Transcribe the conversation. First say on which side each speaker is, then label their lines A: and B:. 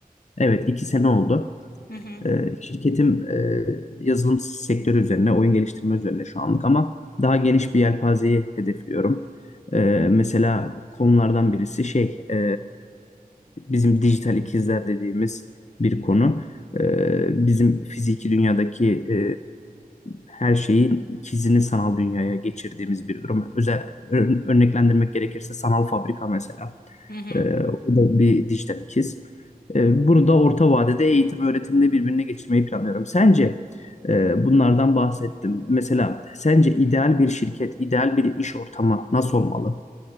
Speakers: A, on the left; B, on the left.
A: evet iki sene oldu.
B: Hı hı.
A: Ee, şirketim e, yazılım sektörü üzerine, oyun geliştirme üzerine şu anlık ama daha geniş bir yelpazeyi hedefliyorum. Ee, mesela konulardan birisi şey, e, bizim dijital ikizler dediğimiz bir konu. Ee, bizim fiziki dünyadaki e, her şeyin ikizini sanal dünyaya geçirdiğimiz bir durum. Özel ör- örneklendirmek gerekirse sanal fabrika mesela.
B: Hı hı.
A: Ee, o da bir dijital ikiz. Ee, bunu da orta vadede eğitim öğretimde birbirine geçirmeyi planlıyorum. Sence e, bunlardan bahsettim. Mesela sence ideal bir şirket, ideal bir iş ortamı nasıl olmalı?